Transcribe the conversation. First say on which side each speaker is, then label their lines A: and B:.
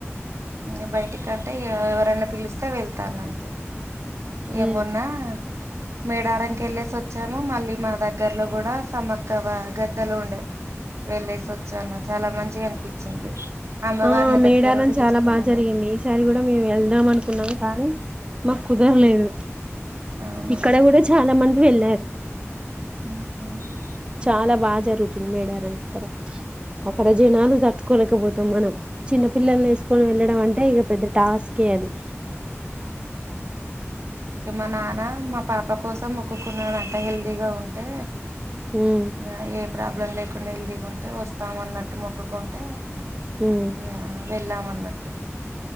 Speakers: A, on the right; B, on the right.
A: మ్ బయటికంటే ఎవరైనా పిలిస్తే వెళ్తాన అంతే ఏమన్నా
B: ఉమ్
A: మేడారంకి వెళ్ళేసి వచ్చాము మళ్ళీ మా దగ్గర్లో కూడా సమ క్కవా గద్దలో ఉండే వెళ్ళేసి వచ్చాను చాలా మంచిగా అనిపించింది అమ్మవారిని
B: ఆ మేడారం
A: దగ్గరుండి
B: చాలా
A: చూసుకున్నాను
B: బా జరిగింది ఈసారి కూడా మేము వెళ్దాం అనుకున్నాము కానీ మాకు కుదరలేదు
A: అవునా
B: ఇక్కడే గుడ చా చాలా మంది వెళ్ళారు
A: మ్
B: చాలా బాగా జరుగుతుంది మేడారం జ ఒక రోజు నాన్ తట్టుకోలేకపోతున్నాను చిన్న పల్లల్ని ఏస్ కోని వెళ్ళడం అంటే ఇక పెద్ద టాస్కే అది
A: మా నాన్న మా పాప కోసం మొక్కుకున్నాడు అంటా హెల్దీగా ఉంటే
B: ఉమ్
A: అ ఏ ప్రాబ్లం లేకుండా ఎల్దిగుంటే వస్తాం అన్నట్టు మొక్కుకుంటే
B: ఉమ్
A: యా వెళ్ళాం అన్నట్టు